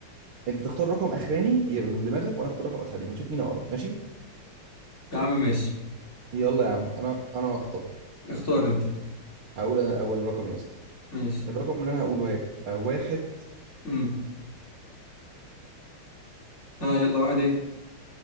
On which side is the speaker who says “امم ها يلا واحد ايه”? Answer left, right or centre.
Left